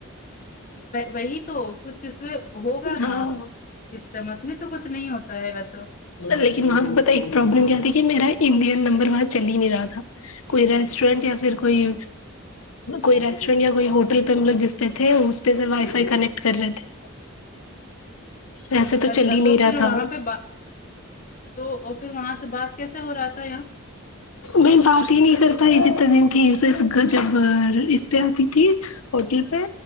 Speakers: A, on the left; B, on the left.
A: وہی تو کچھ اس ہوگا
B: ہاں
A: نا سسٹم اپنے تو کچھ نہیں ہوتا ہے ویسا
B: لیکن وہاں پتہ ایک پروابلم کیا تھی کہ میرا انڈین نمبر ون چل ہی نہیں رہا تھا کوئی ریسٹورینٹ یا پھر کوئی کوئی ریسٹورینٹ یا کوئی ہوٹل پہ ہم لوگ جس پہ تھے اس پہ سے وائی فائی کنیکٹ کر رہے تھے ویسے
A: اچھا
B: چل ہی نہیں
A: تو
B: رہا
A: پھر
B: تھا
A: وہاں پہ بات تو پھر وہاں سے بات کیسے ہو رہا تھا یہاں
B: میں بات ہی نہیں کر پائی جتنے دن تھی صرف گھر جب اس پہ آتی تھی ہوٹل پہ